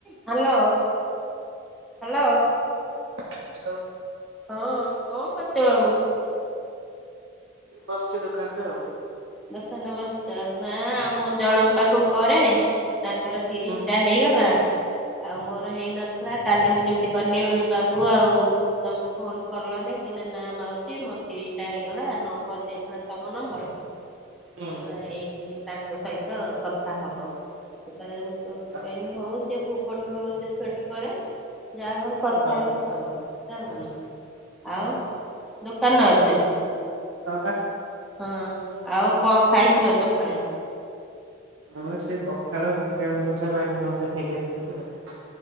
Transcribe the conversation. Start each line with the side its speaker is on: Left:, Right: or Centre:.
Centre: Hello hello.
Right: Hello.
Centre: ହଁ କଣ କରଛ ଆଉ।
Right: ବସିଛ ଦୋକାନରେ ଆଉ।
Centre: ଦୋକାନ ବସ୍ଛ ନା ଆମ ଜଣଙ୍କ ପାଖକୁ କରେ ତାଙ୍କର ତିରିଶ
Right: ହୁଁ
Centre: ଟା ହେଇଗଲା ଆଉ ମୋର ହେଇନଥିଲା କାଲି ମୁଁ ଯେମିତି କନି ବାବୁ ଆଉ ତମେ ଫୋନ କଲନି କହିଲେ ନା ମଉଛି ମୋର ତିରିଶଟା ହେଇଗଲା ନମ୍ବର ଦେଇଥିଲା ତମ ନମ୍ବର।
Right: ହୁଁ
Centre: ହେଲା ଏଇଠି ତାଙ୍କ ସହିତ କଥା ହବ ତା ମୁଁ
Right: ଅ
Centre: ଏନ ହଉ ସେ ଭୁବନରୁ ସେ ଛୁଆଟି କରେ ଯାହା ହଉ କଥା
Right: ଅହ
Centre: ହେଲ ଆଉ ଜାଣିଲ ନା ଆଉ ଦୋକାନ ଅଛ।
Right: ହପା
Centre: ହଁ। ଆଉ କଣ ଖାଇଥିଲ ସକାଳେ?
Right: ଆମର ସେ ପଖାଳ ଭେଡି ଭଜା ବାଇ ମଜା ଖାଇକି ଆସିଥିଲି ଆଉ।